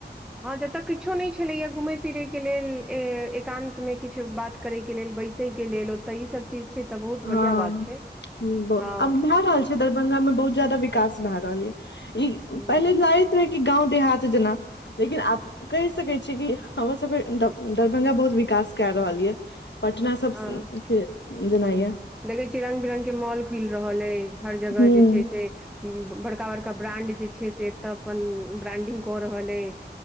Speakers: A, in the centre; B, on the left (about 90°).
A: हँ जतय किछो नहि छलैया घूमै फिरैके लेल एकान्त मे किछु बात करय के लेल बैसयके लेल ओतय ई सब चीज छै तऽ बहुत
B: हँ
A: बढ़ियाँ बात छै,
B: आब
A: हँ।
B: भए रहल दरभंगा मे बहुत जादा विकास भए रहल या ई पहिले
A: हूँ
B: लइ रै कि गाँव देहात जेना। लेकिन आब कहि सकै छीयै कि हमर सभके दर दरभंगा बहुत विकास कए रहल ये। पटना सब
A: हँ
B: सन के जेना या।
A: देखै छियै रंग बिरंग के मॉल खुलि रहल अइ हर जगह
B: हूँ
A: जे छै से बड़का बड़का ब्रांड जे छै से एतय अपन ब्रांडिंग कऽ रहल अइ।